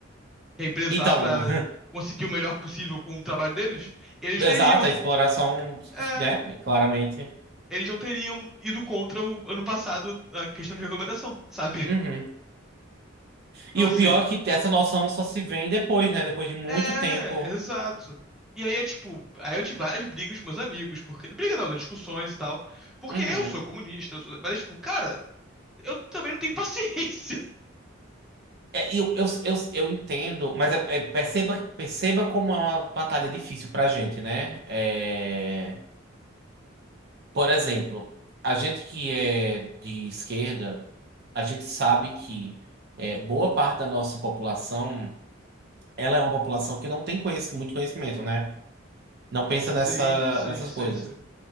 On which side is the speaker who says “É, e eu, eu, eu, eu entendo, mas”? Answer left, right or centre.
Right